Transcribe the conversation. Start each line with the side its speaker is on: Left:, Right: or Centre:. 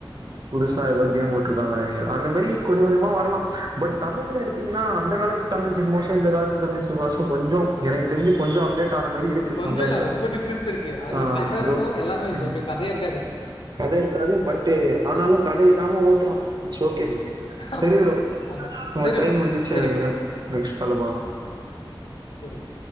Right: புதுசா
Left: ஆமா
Right: ஏதோ கேம் உட்டுடிருக் காங் நெனைக்கிறே அந்த மாரி கொஞ்ச கொஞ்சமா வரலா பட் தமிழ் எடுத்தீங்கன்னா அந்த காலத்து தமிழ் சினிமாஸு இந்த காலத்து தமிழ் சினிமாசும் கொஞ்சோ எனக்குத் தெரிஞ்சி கொஞ்சோ அப்டேட் ஆனா மாரி இருக்கு
Left: கொஞ்சோ
Right: அங்கங்க
Left: இல்ல ரொம்ப டிஃப்ரென்ஸ் இருக்கு அங்க
Right: ஆ
Left: கத
Right: இதோ
Left: இருக்கு எல்லாமே இருக்கு
Right: ம்
Left: இங்க கதையே இருக்காது
Right: கத இருக்காது பட்டே ஆனாலு கத இல்லாம ஓட்டுறா பாரு இட்ஸ் ஓகே சேரி
Left: ஆமா
Right: ப்ரோ
Left: ஆமா
Right: உங்க
Left: சரி
Right: டைம்
Left: ப்ரோ
Right: முடிஞ்சிட்சினு
Left: சரி
Right: நெனைக்கிறே
Left: ப்ரோ
Right: நெக்ஸ்ட் கால்ல பாக்கலாம்
Left: சேரி ப்ரோ